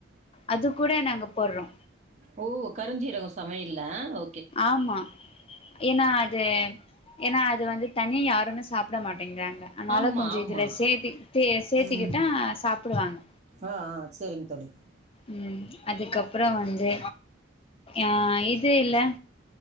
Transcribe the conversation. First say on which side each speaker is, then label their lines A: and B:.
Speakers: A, on the left; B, on the right.
A: அது கூட நாங்க போட்றோ
B: ஓ கருஞ்சீரகோ சமையல்ல ஓ
A: ஆமா ஏன்னா அது ஏன்னா அது வந்து தனி யாருமே சாப்ட மாட் அப்படிங்கறாங்க அதனால
B: ஆமாம்
A: கொஞ்சோ
B: ஆமாம்
A: இதுல சேர்த்துக்கிட்டு சேர்த்திக்கிட்டா
B: ம்
A: சாப்டுவாங்க
B: ஆ ஆ சரிங்க தோழி
A: ம் அதுக்கப்புறோ வந்து ஆ இது இல்ல